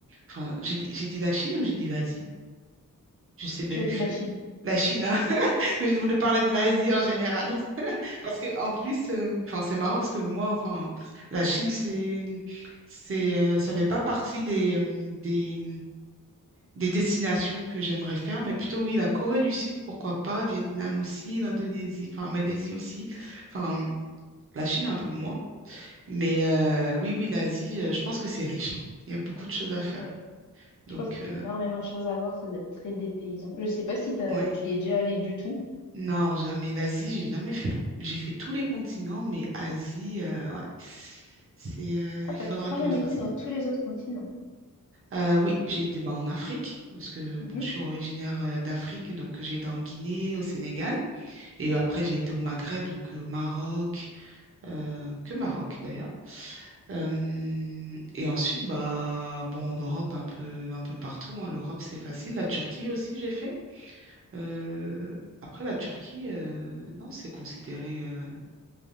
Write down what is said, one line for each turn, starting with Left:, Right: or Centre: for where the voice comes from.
Right: enfin, j'ai dit j'ai dit la Chine ou j'ai dit l'Asie? Je sais même
Left: tu as
Right: plus.
Left: dit la Chine.
Right: La Chine, hein. <laughs> Mais je voulais parler de l'Asie en général. <laughs> Parce que en plus, euh, enfin, c'est marrant parce que moi, enfin, la Chine, c'est, c'est, euh, ça fait pas partie des, euh, des, des destinations que j'aimerais faire, mais plutôt oui, la Corée du Sud, pourquoi pas, Vietnam aussi, l'Indonésie, enfin Malaisie aussi, enfin la Chine un peu moins, mais euh, oui, oui, l'Asie, euh, je pense que c'est riche, hein. Il y a beaucoup de choses à faire.
Left: Oui, je
Right: Donc,
Left: pense qu'il y a énormément de choses à voir, ça doit être très dépaysant. Je sais pas si t'as-
Right: oui,
Left: tu y es déjà allé du tout.
Right: non, jamais. L'Asie, j'ai jamais fait. hein. J'ai fait tous les continents, mais Asie, euh, ouais, c'est, euh,
Left: Ah,
Right: il
Left: t'as
Right: faudra
Left: quand
Right: que
Left: même
Right: je le fasse.
Left: été dans tous les autres continents.
Right: Euh, oui, j'ai été bah, en Afrique, parce que
Left: Mhm.
Right: bon, je suis originaire euh, d'Afrique, donc j'ai été en Guinée, au Sénégal. Et après, j'ai été au Maghreb, donc euh, Maroc, euh, que Maroc d'ailleurs. Euh, et ensuite, bah, bon, en Europe, un peu, un peu partout. hein. L'Europe, c'est facile. La Turquie aussi, j'ai fait. Euh, après, la Turquie, euh, non, c'est considéré, euh,